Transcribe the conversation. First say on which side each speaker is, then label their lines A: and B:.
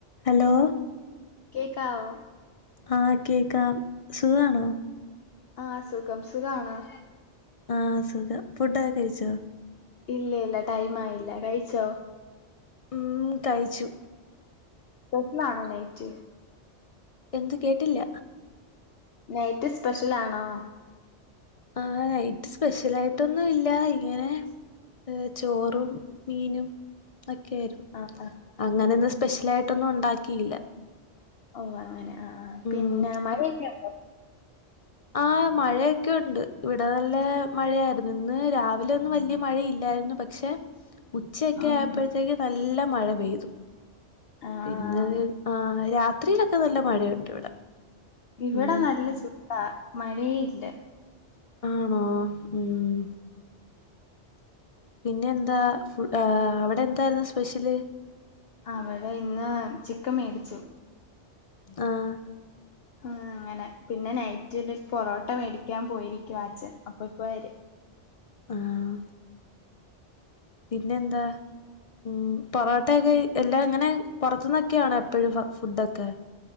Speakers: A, on the left; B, on the left.
A: ഹലോ
B: കേൾക്കാവോ
A: ആ കേക്കാം സുഖാണോ
B: ആഹ് സുഖം സുഖാണോ
A: ആഹ് സുഖം ഫുഡൊക്കേ കഴിച്ചോ
B: ഇല്ല ഇല്ല ടൈം ആയില്ല കഴിച്ചോ
A: ഉം കഴിച്ചു
B: <unintelligible> ആണോ നൈറ്റ്‌
A: എന്ത് കേട്ടില്ല
B: നൈറ്റ് സ്പെഷ്യൽ ആണോ
A: ആഹ് നൈറ്റ് സ്പെഷ്യൽ ആയിട്ടൊന്നും ഇല്ല ഇങ്ങനെ ചോറും മീനും ഒക്കൊയിരുന്നു
B: ആഹ് ആഹ്
A: അങ്ങനൊന്നും
B: ഉം
A: സ്പെഷ്യലായിട്ടൊന്നും ഉണ്ടാക്കിയില്ല
B: ഓ അങ്ങനെ ആഹ്
A: ഉം
B: പിന്നെ മഴയൊക്കെയുണ്ടോ
A: ആഹ് മഴയൊക്കെ ഉണ്ട് ഇവിടെ നല്ല മഴയായിരുന്നു ഇന്ന് രാവിലെ ഒന്നും വല്യ മഴയില്ലായിര് ന്നു പക്ഷെ ഉച്ചയൊക്കെ
B: ഉം
A: ആയപ്പോഴത്തേക്ക് നല്ല മഴ പെയ്തു
B: ആഹ്
A: പിന്നത് ആഹ് രാത്രിയിലൊക്കെ നല്ല മഴയുണ്ട് ഇവിടെ
B: ഇവിടെ
A: ഉം
B: നല്ല സുഖാ മഴേ ഇല്ല
A: ആണോ ഉം പിന്നെ എന്താ ഫു അവിടെ എന്തായിരുന്നു സ്പെഷ്യല്
B: അവിടെ ഇന്ന് ചിക്കൻ മേടിച്ചു
A: ആഹ്
B: ആഹ് അങ്ങനെ പിന്നെ നൈറ്റില് പൊറോട്ട മേടിക്കാൻ പോയിരിക്കുവാ അച്ഛൻ അപ്പൊ ഇപ്പൊ വരും
A: ആഹ് പിന്നെ എന്താ ഉം പൊറോട്ട ട്ടക്കെ എല്ല ഇങ്ങനെ പുറത്ത്ന്നൊക്കെയാണോ എപ്പോഴും ഫുഡൊക്കെ